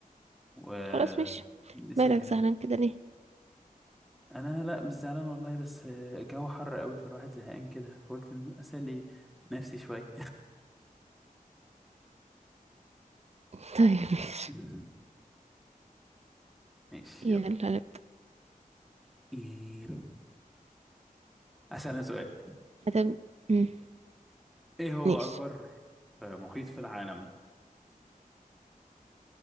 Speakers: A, in the centre; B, on the right.
A: ونسألي
B: خلاص مش مالك زعلان
A: هو
B: كده ليه
A: أنا لأ مش زعلان والله بس آه، الجو حر قوي فالواحد زهقان كده فقلت إن أسأل ايه نفسي شوية
B: <laughs> طيب ماشي
A: <laughs> ماشي
B: يلا
A: يلا
B: نبدأ
A: إيه... أسأل أنا سؤال
B: هتب... مم.
A: إيه هو
B: ماشي
A: أكبر آه، محيط في العالم؟